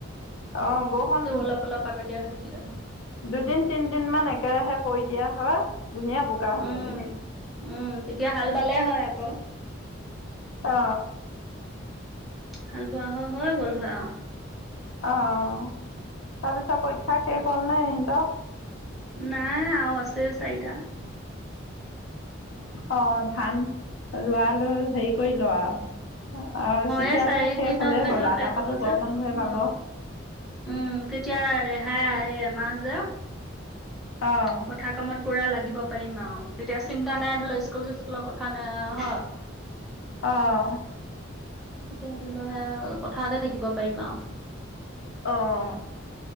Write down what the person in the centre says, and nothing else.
তেও অলপ অলপ আগতীয়া হৈ থাকিলে হয়
উম
উম তেতিয়া হাল বালে হয় আকৌ।
হাল বোৱা হয় হৈ গ'ল হয় আৰু।
নাই আৰু আছে চাৰিটা।
এই চাৰিদিনত
ধৰি
লওক
শেষ
হ'ব যে
অ
উম তেতিয়া ৰেহাই আহে এমাহ যে।
পথাৰ কামত পুৰা লাগিব পাৰিম আৰু তেতিয়া চিন্তা নাই ধৰি লওঁ স্কুল চিস্কুলৰ কথা নাই হয়।
এতিয়া ধৰি লওঁ পথাৰতে থাকিব পাৰিম আৰু।